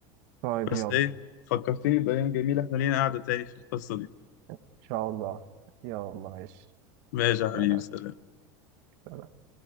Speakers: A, on the right; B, on the left.
A: طيب
B: بس
A: يلا
B: ايه فكرتني بأيام جميلة احنا لينا قعدة تاني في القصة دي
A: إن شاء الله يلا ماشي
B: ماشي يا حبيبي
A: سلام
B: سلام
A: سلام